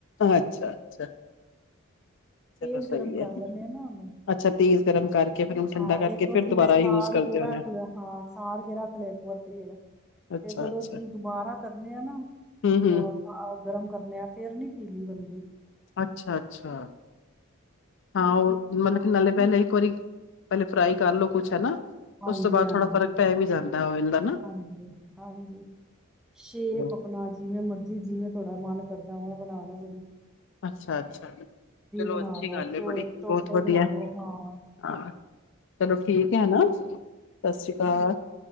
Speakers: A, on the left; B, in the centre.
A: ਅੱਛਾ ਅੱਛਾ ਚਲੋ
B: ਤੇਜ਼
A: ਸਹੀ
B: ਗਰਮ ਕਰ
A: ਹੈ
B: ਲੈਂਦੇ ਆ ਨਾ ਉਹਨੂੰ
A: ਅੱਛਾ ਤੇਜ ਗਰਮ ਕਰਕੇ। ਫਿਰ ਉਹਨੂੰ ਠੰਡਾ
B: ਹਾਂ
A: ਕਰਕੇ
B: ਇੱਕ ਵਾਰ
A: ਫਿਰ
B: ਜਿਵੇਂ
A: ਦੁਬਾਰਾ
B: ਸਾੜ
A: ਯੂਜ ਕਰਦੇ
B: ਕੇ
A: ਉਹਨੇ
B: ਰੱਖ ਲਿਆ ਹਾਂ ਸਾੜ ਕੇ ਰੱਖ ਲਿਆ ਇੱਕ ਵਾਰ ਤੇਲ ਫਰ
A: ਅੱਛਾ-ਅੱਛਾ
B: ਜਦੋਂ ਅਸੀਂ ਨੂੰ ਦੁਬਾਰਾ ਕਰਨੇ ਆ ਨਾ
A: ਹੂੰ-ਹੂੰ
B: ਅ ਗਰਮ ਕਰਨੇ ਆ ਫੇਰ ਨੀ ਘੀ ਬੰਦੀ
A: ਅੱਛਾ ਅੱਛਾ ਹਾਂ ਉਹ ਮਤਲਬ ਕਿ ਨਾਲੇ। ਪਹਿਲੇ ਇੱਕ ਵਾਰੀ ਪਹਿਲੇ ਫਰਾਈ ਕਰਲੋ ਕੁਛ ਹਨਾ।
B: ਹਾਂਜੀ,
A: ਉਸ ਤੋਂ ਬਾਅਦ
B: ਹਾਂਜੀ,
A: ਥੋੜਾ ਫ਼ਰਕ ਪੈ ਵੀ ਜਾਂਦਾ ਓਇਲ ਦਾ ਨਾ।
B: ਹਾਂਜੀ, ਹਾਂਜੀ ਸ਼ੇਪ
A: ਚਲੋ
B: ਅਪਨਾ ਜਿਵੇ ਮਰਜ਼ੀ। ਜਿਵੇਂ ਤੁਹਾਡਾ ਮਨ ਕਰਦਾ ਓਵੇ ਬਣਾ ਲਓ ਕਦੀ।
A: ਅੱਛਾ -ਅੱਛਾ ਚਲੋ
B: ਬਣਾ
A: ਅੱਛੀ
B: ਲਓ
A: ਗੱਲ ਹੈ
B: ਚੋ
A: ਬੜੀ।
B: ਟੋਟੇ
A: ਬਹੁਤ ਵਧੀਆ
B: ਬਣਾ
A: ਹਾ।
B: ਲਓ ਹਾਂ
A: ਚਲੋ ਠੀਕ
B: ਹਾਂਜੀ
A: ਹੈ ਨਾ। ਸਤਿ ਸ਼੍ਰੀ ਅਕਾਲ।